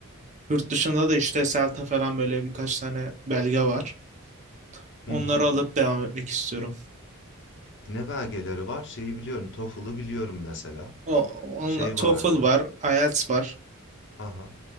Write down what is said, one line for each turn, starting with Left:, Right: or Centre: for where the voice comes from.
Right: Yurt dışında da işte Celta falan böyle birkaç tane belge var. Onları
Left: Hı hı.
Right: alıp devam etmek istiyorum.
Left: Ne belgeleri var? Şeyi biliyorum. TOEFL'ı biliyorum mesela.
Right: O
Left: Şey
Right: onla, TOEFL
Left: vardı.
Right: var, IELTS var.
Left: Aha.